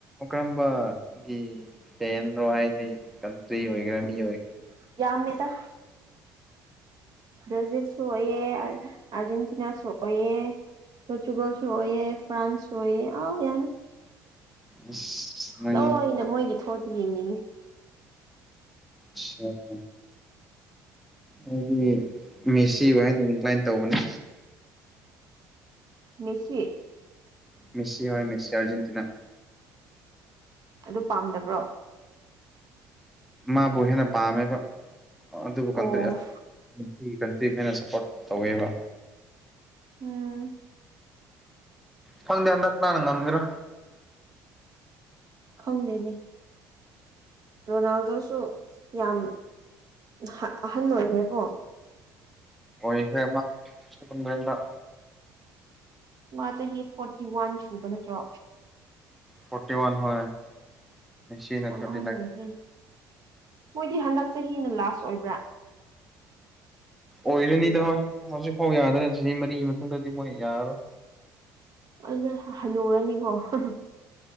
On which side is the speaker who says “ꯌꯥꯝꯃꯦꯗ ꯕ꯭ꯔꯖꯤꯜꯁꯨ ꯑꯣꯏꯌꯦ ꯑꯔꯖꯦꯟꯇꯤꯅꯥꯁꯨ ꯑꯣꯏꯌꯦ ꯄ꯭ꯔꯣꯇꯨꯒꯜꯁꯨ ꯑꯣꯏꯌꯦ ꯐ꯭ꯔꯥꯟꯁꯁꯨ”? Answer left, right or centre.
Right